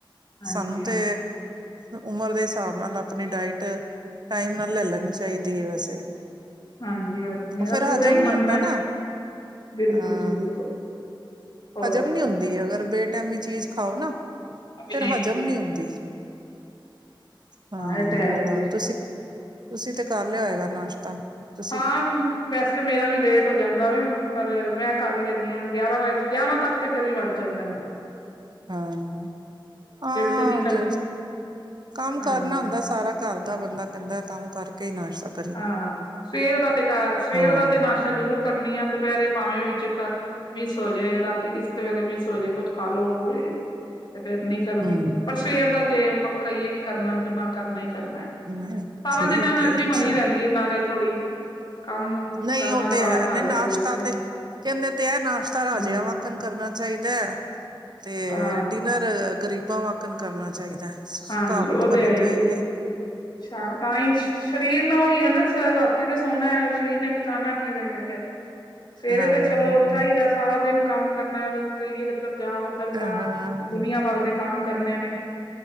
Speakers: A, on the left (about 55°); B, on the right (about 55°).
A: ਹਾਂਜੀ
B: ਸਾਨੂੰ
A: ਹਾਂਜੀ
B: ਤੇ ਉਮਰ ਦੇ ਹਿਸਾਬ ਨਾਲ ਆਪਣੀ ਡਾਇਟ, ਟਾਈਮ ਨਾਲ ਲੈ ਲੈਣੀ ਚਾਹੀਦੀ ਹੈ ਵੈਸੇ
A: ਹਾਂਜੀ -ਹਾਂਜੀ ਮੇਰਾ
B: ਉਹ ਫੇਰ
A: ਖੁਦ
B: ਹਜ਼ਮ
A: ਹੀ
B: ਨੀ
A: ਮੰਨਣਾ,
B: ਹੁੰਦਾ ਨਾ
A: ਬਿਲਕੁਲ
B: ਅਹ
A: ਜੀ ਬਿਲਕੁਲ ਹੋਰ
B: ਹਜ਼ਮ ਨੀ ਹੁੰਦੀ, ਅਗਰ ਬੇਟੈਮੀ ਚੀਜ਼ ਖਾਓ ਨਾ,
A: ਹਾਂਜੀ
B: ਫੇਰ ਹਜ਼ਮ ਨੀ ਹੁੰਦੀ। ਹਾਂ,
A: ਇਹ ਤੇ ਹੈ
B: ਹੋਰ
A: ਹੀ ਹੈ
B: ਤੁਸੀਂ, ਤੁਸੀਂ ਤੇ ਕਰ ਲਿਆ ਹੋਏਗਾ ਨਾਸ਼ਤਾ ਤੁਸੀਂ
A: ਹਾਂ। ਵੈਸੇ, ਮੇਰਾ ਵੀ ਲੇਟ ਹੋ ਜਾਂਦਾ ਵਾ, ਪਰ ਮੈਂ ਕਰ ਲੈਦੀ ਹਾਂ, ਗਿਆਰਾਂ ਵਜੇ, ਗਿਆਰਾਂ ਤੱਕ ਤੇ ਫੇਰ ਵੀ ਵੱਜ ਜਾਂਦਾ। ਹ <unintelligible>
B: ਹਾਂ- ਹਾਂ
A: ਤੇ ਨਹੀਂ ਕਰਦੀ
B: ਜ ਕੰਮ
A: ਹਾਂ
B: ਕਰਨਾ ਹੁੰਦਾ ਸਾਰਾ। ਘਰ ਦਾ ਬੰਦਾ ਕਹਿੰਦਾ ਕੰਮ ਕਰਕੇ ਹੀ ਨਾਸ਼ਤਾ ਕਰਾ।
A: ਹਾਂ ਸਵੇਰ ਦਾ ਤੇ ਸਵੇਰ
B: ਹਾਂ
A: ਦਾ ਤੇ ਨਾਸ਼ਾ ਜ਼ਰੂਰ ਕਰਨੀ ਆ ਦੁਪਹਿਰੇ ਭਾਵੇਂ ਵਿੱਚ ਮਿਸ ਹੋ ਜਾਏ ਰਾਤੀ ਕਿਸੇ ਵੇਲੇ ਮਿਸ ਹੋ ਜਾਏ ਕੁੱਛ ਖਾ ਲੋ ਤੇ ਫਿਰ ਨੀ ਕਰਦੀ
B: ਹਮ
A: ਪਰ ਸਵੇਰ ਦਾ ਤੇ ਪੱਕਾ ਹੈ ਕਿ ਕਰਨਾ ਕਿ ਨਾ। ਕਰਨਾ ਹੀ ਕਰਨਾ
B: ਹੈ
A: ਸਾਰਾ
B: ਠੀਕ
A: ਦਿਨ ਐਨਰਜੀ
B: ਹੈ ਅੱਛਾ
A: ਬਣੀ ਰਹਿੰਦੀ ਹੈ ਨਾਲੇ ਥੋੜ੍ਹੀ ਕੰਮ
B: ਨਹੀਂ
A: ਕਰਨਾ
B: ਉਹ ਤੇ
A: ਸਾਰਾ
B: ਹੈ ਨਹੀਂ
A: ਘਰ
B: ਨਾਸ਼ਤਾ
A: ਦੇ ਵੇਖਣੇ
B: ਤੇ ਕਹਿੰਦੇ ਤੇ ਇਹ ਨਾਸ਼ਤਾ ਰਾਜਿਆਂ
A: ਹੂੰ,
B: ਵਾਂਕਣ ਕਰਨਾ ਚਾਹੀਦਾ ਹੈ। ਤੇ
A: ਹਾਂ,
B: ਡਿਨਰ ਗ਼ਰੀਬਾਂ ਵਾਕਨ ਕਰਨਾ ਚਾਹੀਦਾ।
A: ਹਾਂਜੀ
B: ਕਾਵਤ
A: ਉਹ
B: ਬਣੀ
A: ਹੀ
B: ਤੇ ਹੋਈ
A: ਏ।
B: ਹੈ।
A: ਅੱਛਾ ਤਾਂ ਹੀ ਸਰੀਰ ਨਾ ਉਈ ਹੈ ਨਾ ਰਾਤੀ ਤੇ ਸੋਹਣਾ ਸਰੀਰ ਨੇ ਪਹਚਾਨਣਾ ਕਿਵੇਂ ਵ ਫੇਰ ਸਵੇਰੇ
B: ਹਾਂ
A: ਤੇ ਚਲੋ ਚਾਹੀਦਾ ਸਾਰਾ ਦਿਨ ਕੰਮ ਕਰਨਾ ਚਈਏ ਕਿੱਧਰ ਜਾਓ ਉੱਧਰ ਜਾ
B: ਹਾਂ
A: ਦੁਨੀਆਂ ਭਰ ਦੇ ਕੰਮ ਕਰਨੇ ਨੇ।